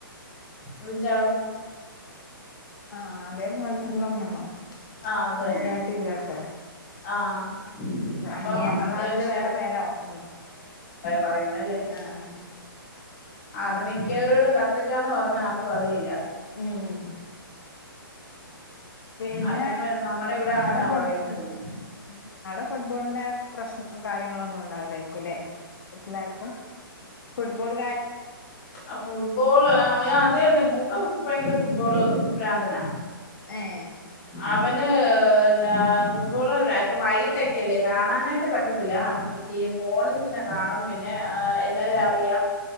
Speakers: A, on the left (about 25°); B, on the left (about 70°).
A: ബ്രിഞ്ചാൾ
B: ആഹ് അതേപോലെന് ഇള്ളന്നാണോ
A: ആഹ് അത്
B: ഞാൻ
A: തന്നെ
B: കേട്ടില്ലട്ടോ
A: ആഹ് അപ്പം
B: ഇനി ഞങ്ങള്
A: അത്യാവശ്യം
B: നാട്ടില് വേറെ പേരാവും ഉം
A: പറയുന്നല്ലേ
B: ആഹ്
A: ആഹ് അത് മിക്കവരോടും കത്രിക്കാന്ന് പറഞ്ഞാ ആർക്കും അറിയില്ല
B: ഉം പിന്നെ
A: അതിപ്പോ നമ്മുടെ ഇവിടെ അങ്ങനാ
B: ആടെ കൊടു
A: പറയുന്നതിന്
B: ക്കും ആടെ ഫുട്ബോളിന്റെ പ്രശ് കാര്യങ്ങളൊന്നും ഉണ്ടാവില്ലായിരിക്കും ല്ലേ വീട്ടിലാർക്കും ഫുട്ബോള്
A: അ ഫുട്ബോള് ആഹ് അതെ അതെ മൂത്തകൊച്ച് ഭയങ്കര ഫുട്ബോള് പ്രാന്തനാ
B: ഏഹ്
A: അവന് പിന്നാ ഫുട്ബോള് ഇപ്പ വൈകിട്ടൊക്കെയല്ലേ കാണാനായി ട്ട് പറ്റത്തില്ല അപ്പം മറ്റേ ഫോണിലിങ്ങനെ കാണും പിന്നെ ആ എല്ലാരെ അ റിയാം